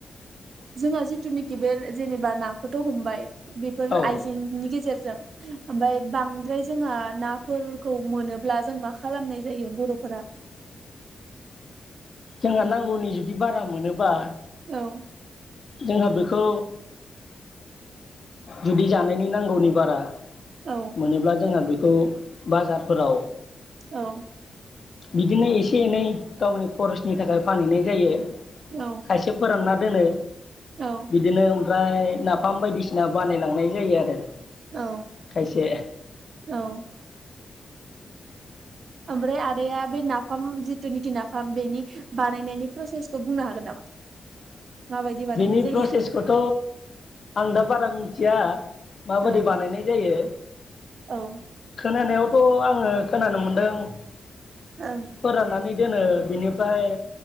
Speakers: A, on the right; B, on the left.
A: जोंहा जिथुनिखि बे जेनेबा नाखौथ' हमबाय बेफोर
B: औ
A: आइजेंनि गेजेरजों ओमफाय बांद्राय जोंहा नाफोरखौ मोनोब्ला जों मा खालामनाय जायो बर'फोरा?
B: जोंहा नांगौनि जुदि बारा मोनोबा
A: औ।
B: जोंहा बेखौ जुदि जानायनि नांगौनि बारा
A: औ
B: मोनोब्ला जोंहा बे बखौ बाजारफोराव‌
A: औ।
B: बिदिनो एसे एनै गावनि खरसनि थाखाय फानहैनाय जायो।
A: औ
B: खायसे फोरानना दोनो।
A: औ
B: बिदिनो। ओमफ्राय नाफाम बायदिसिना। ना बानायलांनाय जायो आरो।
A: औ
B: खायसे
A: औ। ओमफ्राय आदाया बे नाफाम जिथुनिखि नाफाम बेनि बानायनायनि प्रसेसखौ बुंनो हागोन नामा? माबायदि बानायनाय
B: बिनि
A: जायो
B: प्रसेसखौथ' आं दा बारा मिथिया माबोरै
A: औ
B: बानायनाय जायो।
A: औ।
B: खोनानायावथ' आङो खोनानो मोनदों
A: ओं
B: फोरानानै दोनो बिनिफ्राय